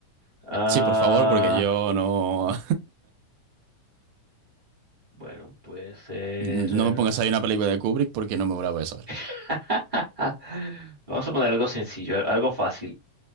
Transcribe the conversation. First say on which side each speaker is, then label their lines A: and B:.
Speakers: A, on the right; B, on the right.
A: Ah.
B: Sí, por favor, porque yo no,
A: Bueno, puede ser.
B: <laughs> no
A: eh,
B: me pongas ahí una película de Kubrick porque no me la voy a saber.
A: <laughs> Vamos a poner algo sencillo, al- algo fácil.